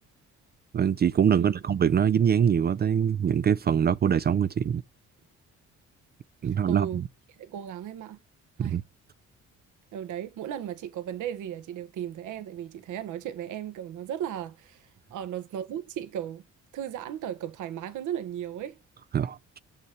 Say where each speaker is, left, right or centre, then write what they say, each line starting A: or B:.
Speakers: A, on the right; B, on the right.
A: Vâng, chị cũng đừng
B: Ừ.
A: có để công việc nó dính dáng nhiều quá tới những cái phần đó của đời sống của chị nó
B: Ừ,
A: nó
B: chị sẽ cố gắng em ạ. Hay.
A: <laughs>
B: Ừ đấy, mỗi lần mà chị có vấn đề gì là chị đều tìm tới em tại vì chị thấy là nói chuyện với em kiểu nó rất là ờ, nó nó giúp chị kiểu thư giãn tới kiểu thoải mái hơn rất là nhiều ấy.
A: ừ. <laughs>